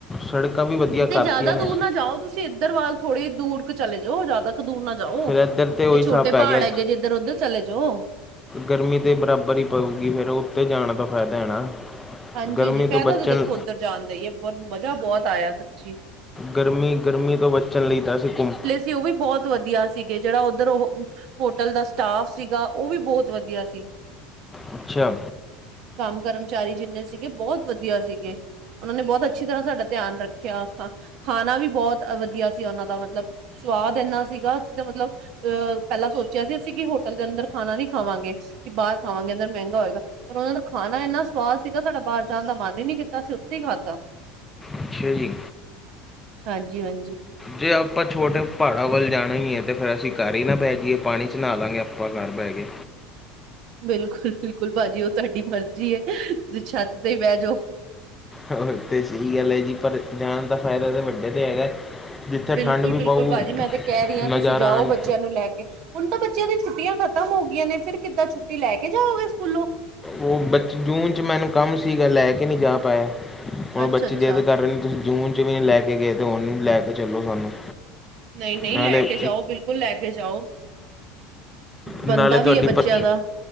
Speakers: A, on the left; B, on the right.
A: ਸੜਕਾਂ ਵੀ ਵਧੀਆ
B: ਤੇ
A: ਕਰਤੀਆਂ
B: ਜ਼ਿਆਦਾ ਦੂਰ
A: ਨੇ
B: ਨਾ ਜਾਓ ਤੁਸੀਂ ਇੱਧਰ ਵਲ ਥੋੜ੍ਹੀ ਦੂਰ ਕ ਚਲੇ ਜਾਓ ਜ ਕ ਦੂਰ ਨਾ ਜਾਓ।
A: ਫਿਰ ਇੱਧਰ ਤੇ ਉਹੀ
B: ਇਹ ਛੋਟੇ
A: ਹਿਸਾਬ ਪੈ
B: ਪਹਾੜ
A: ਗਿਆ
B: ਹੈਗੇ ਜਿੱਧਰ, ਉੱਧਰ ਚਲੇ ਜਾਓ।
A: ਗਰਮੀ ਤੇ ਬਰਾਬਰ ਹੀ ਪਊਗੀ ਫੇਰ ਉੱਤੇ ਜਾਣ ਦਾ ਫਾਇਦਾ ਹੈ ਨਾ।
B: ਹਾਂਜੀ-ਹਾਂਜੀ,
A: ਗਰਮੀ
B: ਫਾਇਦਾ
A: ਤੋਂ ਬਚਣ
B: ਤਾਂ ਦੇਖੋ ਉੱਧਰ ਜਾਣ ਦਾ ਹੀ ਹੈ ਬ ਮਜ਼ਾ ਬਹੁਤ ਆਇਆ ਸੱਚੀ।
A: ਗਰਮੀ, ਗਰਮੀ ਤੋਂ ਬਚਨ ਲਈ ਤਾਂ ਸੀ ਘੁੰਮ
B: ਤੇ ਉਹ ਵੀ ਬਹੁਤ ਵਧੀਆ ਸੀਗੇ ਜਿਹੜਾ ਉੱਧਰ ਉਹ ਹੋਟਲ ਦਾ ਸਟਾਫ ਸੀਗਾ ਉਹ ਵੀ ਬਹੁਤ ਵਧੀਆ ਸੀ।
A: ਅੱਛਾ
B: ਕੰਮ ਕਰਮਚਾਰੀ ਜਿੰਨੇ ਸੀਗੇ ਬਹੁਤ ਵਧੀਆ ਸੀਗੇ ਉਹਨਾਂ ਨੇ ਬਹੁਤ ਅੱਛੀ ਤਰ੍ਹਾਂ ਸਾਡਾ ਧਿਆਨ ਰੱਖਿਆ। ਖਾ -ਖਾਣਾ ਵੀ ਬਹੁਤ ਵਧੀਆ ਸੀ ਉਹਨਾਂ ਦਾ ਮਤਲਬ ਸਵਾਦ ਇੰਨਾ ਸੀਗਾ ਅਸੀਂ ਤਾਂ ਮਤਲਬ ਅਹ ਪਹਿਲਾਂ ਸੋਚਿਆ ਸੀ ਅਸੀਂ ਕਿ ਹੋਟਲ ਦੇ ਅੰਦਰ ਖਾਣਾ ਨਹੀਂ ਖਾਵਾਂਗੇ ਕਿ ਬਾਹਰ ਖਾਵਾਂਗੇ ਅੰਦਰ ਮਹਿੰਗਾ ਹੋਏਗਾ, ਪਰ ਉਹਨਾਂ ਦਾ ਖਾਣਾ ਇੰਨਾ ਸਵਾਦ ਸੀਗਾ ਸਾਡਾ ਬਾਹਰ ਜਾਣ ਦਾ ਮਨ ਹੀ ਨਹੀਂ ਕੀਤਾ ਅਸੀਂ ਉੱਥੇ ਹੀ ਖਾਧਾ
A: ਅੱਛਾ ਜੀ।
B: ਹਾਂਜੀ- ਹਾਂਜੀ
A: ਜੇ ਆਪਾਂ ਛੋਟੇ ਪਹਾੜਾਂ ਵੱਲ ਜਾਣਾ ਹੀ ਹੈ ਤਾਂ ਫੇਰ ਅਸੀਂ ਘਰ ਹੀ ਨਾ ਬਹਿ ਜਾਈਏ ਪਾਣੀ ਚ ਨਾ ਲਵਾਂਗੇ ਆਪਾਂ ਘਰ ਬਹਿ ਕੇ।
B: ਬਿਲਕੁਲ- ਬਿਲਕੁਲ ਭਾਜੀ, ਉਹ ਤੁਹਾਡੀ ਮਰਜ਼ੀ ਹੈ ਤੁਸੀਂ ਛੱਤ ਤੇ ਹੀ ਬਹਿ ਜਾਓ।
A: ਹੋਰ ਤੇ ਸਹੀ ਗੱਲ ਹੈ ਜੀ। ਪਰ ਜਾਣ ਦਾ ਫਾਇਦਾ ਤਾਂ ਵੱਡੇ ਤੇ ਹੈਗਾ। ਜਿੱਥੇ
B: ਬਿਲਕੁਲ-
A: ਠੰਡ ਵੀ
B: ਬਿਲਕੁਲ
A: ਪਊ
B: ਭਾਜੀ, ਮੈਂ ਤੇ ਕਹਿ ਰਹੀ ਹਾਂ
A: ਨਜ਼ਾਰਾ
B: ਤੁਸੀਂ ਜਾਓ
A: ਆਉਣ
B: ਬੱਚਿਆਂ ਨੂੰ ਲੈ ਕੇ ਹੁਣ ਤਾਂ ਬੱਚਿਆਂ ਦੀ ਛੁਟੀਆਂ ਖਤਮ ਹੋ ਗਈਆਂ ਨੇ ਫਿਰ ਕਿੱਦਾਂ ਛੁੱਟੀ ਲੈ ਕੇ ਜਾਓਗੇ ਸਕੂਲੋਂ?
A: ਉਹ ਬ ਜੂਨ ਚ ਮੈਨੂੰ ਕੰਮ ਸੀਗਾ ਲੈ ਕੇ ਨਹੀਂ ਜਾ ਪਾਇਆ। ਹੁਣ
B: ਅੱਛਾ-ਅੱਛਾ।
A: ਬੱਚੇ ਜ਼ਿਦ ਕਰ ਰਹੇ ਨੇ, ਤੁਸੀਂ ਜੂਨ 'ਚ ਵੀ ਨਈ ਲੈ ਕੇ ਗਏ, ਹੁਨ ਲੈ ਕੇ ਚੱਲੋ ਸਾਨੂੰ।
B: ਨਹੀਂ -ਨਹੀਂ,
A: ਨਾਲੇ
B: ਲੈ ਕੇ ਜਾਓ, ਬਿਲਕੁਲ ਲੈ ਕੇ ਜਾਓ। ਬਣਦਾ
A: ਨਾਲੇ ਤੁਹਾਡੀ
B: ਵੀ ਏ ਬੱਚਿਆਂ
A: ਪ
B: ਦਾ।